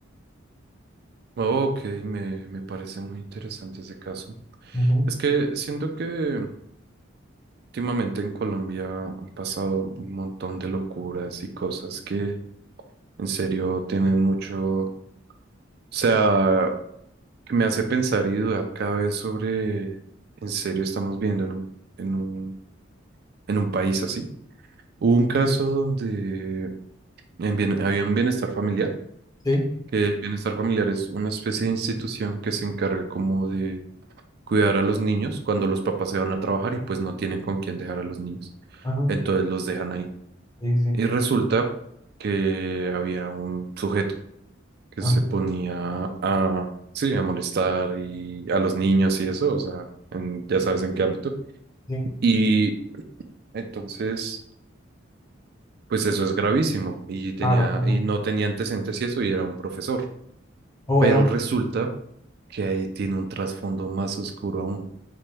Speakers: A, on the right (about 50°); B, on the left (about 20°).
A: Ok, me, me parece muy interesante ese caso.
B: Ujú,
A: Es que siento que últimamente en Colombia han pasado un montón de locuras y cosas que en serio tienen mucho, o sea, que me hace pensar y dudar cada vez sobre, en serio, estamos viendo en un, en un, en un país así. Hubo un caso donde en bien- había un bienestar familiar,
B: Sí,
A: que el bienestar familiar es una especie de institución que se encarga como de cuidar a los niños cuando los papás se van a trabajar y pues no tienen con quién dejar a los niños.
B: ajá,
A: Entonces los dejan ahí.
B: sí, sí,
A: Y resulta que había un sujeto. que
B: ajá,
A: se ponía a, sí, a molestar y a los niños y eso, o sea, en- ya sabes en qué ámbito.
B: sí,
A: Y entonces, pues eso es gravísimo y tenía,
B: claro, claro.
A: y no tenía antecedentes y eso, y era un profesor.
B: Oh,
A: Pero
B: era un...
A: resulta que ahí tiene un trasfondo más oscuro aún,